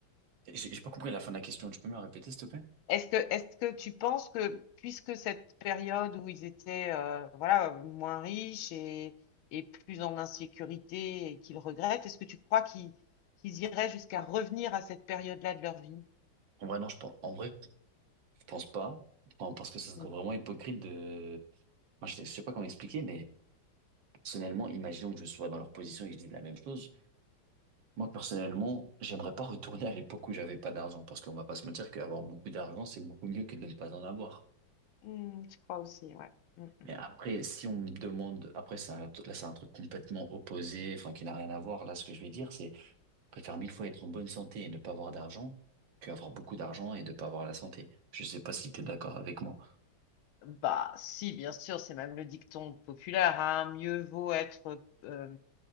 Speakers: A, on the right (about 70°); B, on the left (about 85°).
A: J'ai j'ai pas compris la fin de la question. Tu peux me la répéter, s'il te plaît?
B: Est-ce que, est-ce que tu penses que, puisque cette période où ils étaient euh, voilà, moins riches et, et plus en insécurité et qu'ils regrettent, est-ce que tu crois qu'ils qu'ils iraient jusqu'à revenir à cette période-là de leur vie?
A: En vrai, non, je pense, en vrai, je pense pas. Enfin, parce que ça serait
B: Mm.
A: vraiment hypocrite de... Moi, je sais je sais pas comment expliquer, mais personnellement, imaginons que je sois dans leur position et que je dise la même chose. Moi, personnellement, j'aimerais pas retourner à l'époque où j'avais pas d'argent. Parce qu'on va pas se mentir qu'avoir beaucoup d'argent, c'est beaucoup mieux que de ne pas en avoir.
B: Mm, je crois aussi, ouais. Mm, mm.
A: Mais après, si on me demande, après, c'est un- là, c'est un truc complètement opposé, enfin, qui n'a rien à voir. Là, ce que je vais dire, c'est, je préfère mille fois être en bonne santé et ne pas avoir d'argent que avoir beaucoup d'argent et ne pas avoir la santé. Je sais pas si tu es d'accord avec moi.
B: Bah, si, bien sûr, c'est même le dicton populaire, hein, mieux vaut être euh,